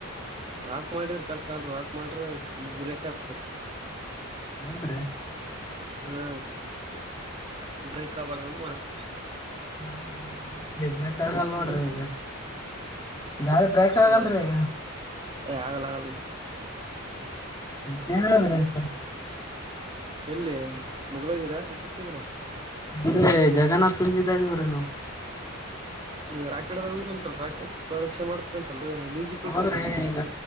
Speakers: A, on the right (about 30°); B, on the left (about 15°).
A: ವಾಕ್ ಮಾಡಿದ್ರ ಕೆಲ್ಸ ಅಲ್ ವಾಕ್ ಮಾಡ್ರ ಬ್ರೇಕ ಆತರಿ
B: ಹೌದ್ರೀ
A: ಹಾ ಬ್ರೇಕ್ ಆಗ್ಬಾರ್ದಂದ ಮತ್
B: ಹಾ ರಯ್ ದಬ್ರ ಕಗಲ್ ನೋಡ್ರಿ
A: ಹ್ಮ್
B: ಈಗ ಗಾಡಿ ಬ್ರೇಕ್ ಆಗಲ್ರಿೀ
A: ಹಾ
B: ಈಗ
A: ಏ ಆಗಲ್ಲ ಆಗಲ್ಲ
B: ಏ ಹೇಳಿದ್ರೆ ಸರ್
A: ಎಲ್ಲಿ ಮುಗ್ಳೋಗಿರಾ ಮಕಸಗಿರಾ
B: ಅಂದ್ರೆ ಜಗನಾಥ್ ಸುಂಗಿದಾಗವ್ರೇನು
A: ಈ ರಾಕೆಟ್ದ ಹೋಗಿ್ರಂತಲ್ಲ ರಾಕೆಟ್ ಪರೀಕ್ಷೆ ಮಾಡ್ತಿರಂತೆ ಲೀಸಿ ಕೊಟ್ರಿ
B: ಹೌದ್ರಿ
A: ಅಂತಲ್ಲ
B: ಈಗ